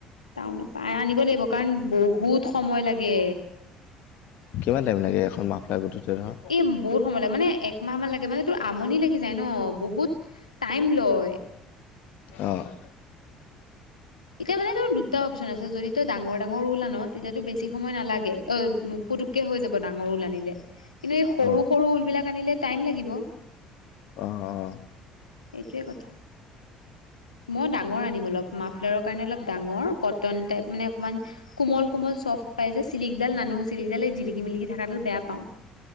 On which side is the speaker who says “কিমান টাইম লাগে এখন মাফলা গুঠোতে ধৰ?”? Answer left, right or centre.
Left